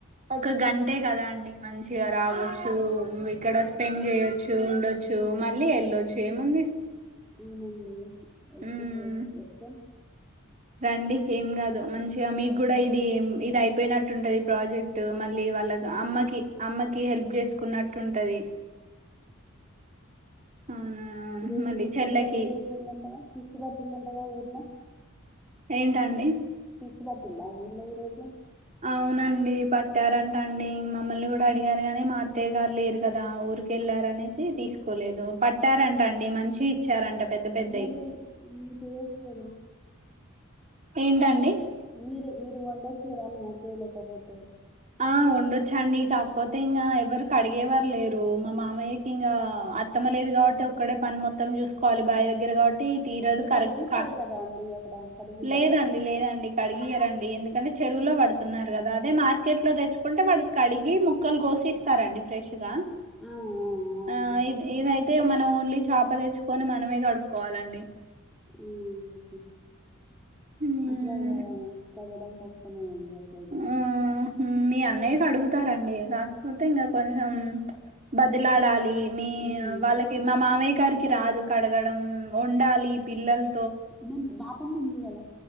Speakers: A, on the right; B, in the centre.
A: ఒక గంటే కదా అండి మంచిగా రావచ్చు ఇక్కడ స్పెండ్ చేయొచ్చు ఉండొచ్చు మళ్ళీ వెళ్ళొచ్చు ఏముంది
B: అవునండి వచ్చి
A: మ్మ్
B: చే వస్తాం
A: రండి ఏం కాదు మంచిగా మీకు కూడా ఇది ఇది అయిపోయినట్టుంటది ప్రాజెక్ట్ మళ్ళీ వాళ్ళకు అమ్మకి అమ్మకి హెల్ప్ చేసుకున్నట్టుంటది అవునా
B: ఈ రోజు
A: మళ్ళీ
B: ఫిష్
A: చెల్లకి
B: కర్రీ చేసిళంట కదా ఫిష్ పెట్టిండ్రా ట ఊర్లో
A: ఏంటండి
B: ఫిష్ పట్టిన్ డా ఊర్లో ఈ రోజు
A: అవునండి పట్టారంట అండి మమ్మల్ని కూడా అడిగారు గాని మా అత్తయ్య గారు లేరు కదా ఊర్ కెళ్లారనేసీ తీసుకోలేదు పట్టారంట అండి మంచియి ఇచ్చారంట పెద్ద పెద్దయి
B: మరి నువ్వు చేయొచ్చు కదా
A: ఏంటండి
B: మీరు మీరు వండొచ్చు కదా అండి మీ అత్తయ్య లేకపోతే
A: ఆ ఉండొచ్చండి కాకపోతే ఇంకా ఎవరరూ కడిగేవారు లేరు మా మామయ్యకి ఇంగా అత్తమ లేదు కాబట్టి ఒక్కడే పని మొత్తం చూసుకోవాలి బాయ దగ్గర కాబ తీరదు
B: అక్కడ
A: కరక్క
B: కడిగిస్తారు కదా అండి అక్కడ కడిగివ్వరా
A: లేదండి లేదండి కడి ఇయర అండి ఎందుకంటే చెరువులో పడుతున్నారు కదా అదే మార్ కేజీలు లో తెచ్చుకుంటే వాడికి కడిగి ముక్కలు కోసి ఇస్తారండి ఫ్రెష్ గా
B: ఆ, ఆ, అవునండి
A: ఆ ఇది ఏదై తే మనం ఓన్లీ చేప తెచ్చుకొని మనమే కడుక్కోవాలండి
B: ఉ
A: హ్మ్.
B: అట్లాగే కడగడం కష్టమే అండి అట్లయితే
A: ఆ మీ అన్నయ్యకి అడుగుతారంండి కాకపోతే ఇంకా కొంచెం బదిలాడాలి మీ
B: ఉమ్.
A: వాళ్ళకి మా మామయ్య గారికి రాదు కడగడం వండాలి పిల్లలు
B: మీ బాపమ్మ ఉంది కదా